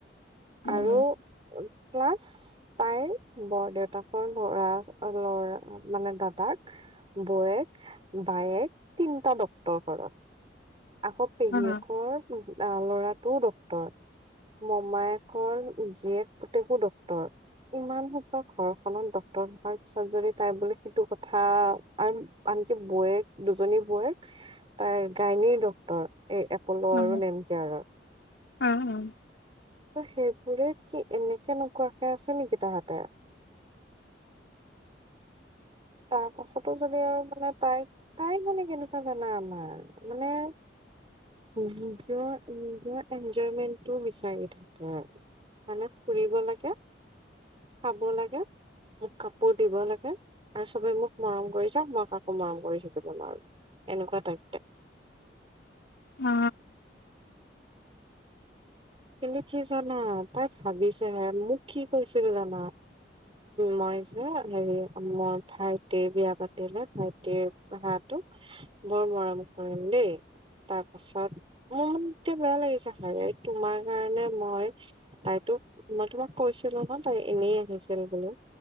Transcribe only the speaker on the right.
আৰু প্লাছ তাইৰ বৰ দেউতাকৰ লৰা লৰা মানে দাদাক বৌৱেক, বায়েক তিনটা ডক্তৰ ঘৰত। আকৌ পেহীয়েকৰ
উহু আ ল'ৰাটো ডক্তৰ। মমায়েকৰ জীয়েক পুতেকো ডক্টৰ। ইমান সোপা ঘৰখনত ডক্তৰ হোৱাৰ পিছত যদি তাই বোলে সেইটো কথা আৰু আনকি বৌৱেক দুজনী বৌয়েক তাইৰ গাইনীৰ ড তৰ এই এপ'লো
আৰু নেম কেয়াৰৰ।
ত' সেইবোৰে কি এনেকে নকুৱাকে আছে নেকি তাহাঁতে? তাৰ পাছতো যদি আৰু মানে তাই তাই মানে কেনেকুৱা জানা আমাৰ মানে নিজৰ - নিজৰ এনজয়মেন্টটো বিচাৰি থাকে। মানে ফুৰিব লাগে, খাব লাগে, মোক কাপোৰ দিব লাগে আৰু চবে মোক মৰম কৰি যাওক, মই কাকো মৰম কৰি থাকিব নোৱাৰো এনেকুৱা টাইপতে
কিন্তু কি জানা তাই ভাবিছেহে মোক কি কৈছিল জানা? মই যে হেৰি মোৰ ভাইটিৰ বিয়া পাতিলে ভাইটিৰ হাঁহ তোক বৰ মৰম কৰিম দেই তাৰ পাছত মোৰ মানকে বেয়া লাগিছে হড। তোমাৰ কাৰণে মই তাইতো মই তোমাক কৈছিলো ন তাই এনেই আহিছিল বুলি।